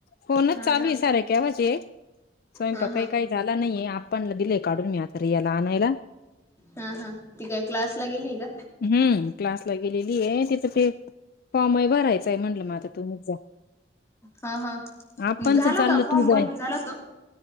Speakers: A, on the left (about 55°); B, on the left (about 15°).
A: फोनच
B: हा
A: चालूय
B: हा
A: साार केवजी एक स्वयंपाक
B: हा
A: काही
B: हा
A: काही झाला नाहीय, आपाणला दिलेय काढून मी, आता याला आणायला.
B: हा हा, ती काय? क्लासला गेली का?
A: हम्म, क्लासला गेलेली आहे, तिथं ते फॉर्म आहे भरायचंय, म्हटलं म आता तुम्ही
B: हा हा
A: आपणच
B: झाला
A: चाललं
B: का फॉर्म
A: तू
B: भरून
A: जाय
B: झाला तो